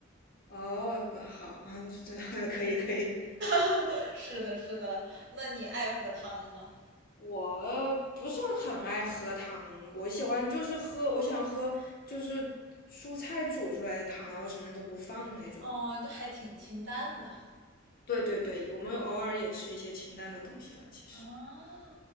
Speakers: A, on the left; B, on the right.
A: 哦，不好，<laughs> 这这可以可以。
B: <laughs> 是的，是的。那你爱喝汤吗？
A: 我不是很爱喝汤，我喜欢就是喝，我喜欢喝就是蔬菜煮出来的汤，然后什么都不放那种。
B: 哦，就还挺清淡的
A: 对对对，我们偶尔也吃一些清淡的东西了，其实。
B: 啊。